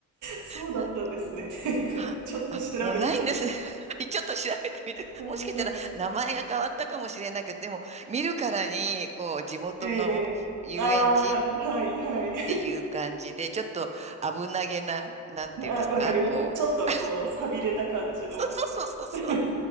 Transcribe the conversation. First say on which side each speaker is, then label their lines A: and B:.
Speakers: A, on the right; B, on the right.
A: そうだったんですね、
B: な
A: テングラちょっと調べてみて。
B: はい。あ、もうないんですね。<laughs> はいちょっと調べてみて。<laughs>
A: 残念ながら。
B: もしかしたら名前が変わったかもしれないけど、でも見るからに、こう、地元の遊園地っ
A: ええああー、はいはい。
B: ていう感じで、ちょっと危なげな、なんていうんですか、
A: <laughs> あ、わかります。
B: こう。
A: ちょっとこう、寂れた感じの。
B: <laughs> そうそうそうそうそう。
A: <laughs> うん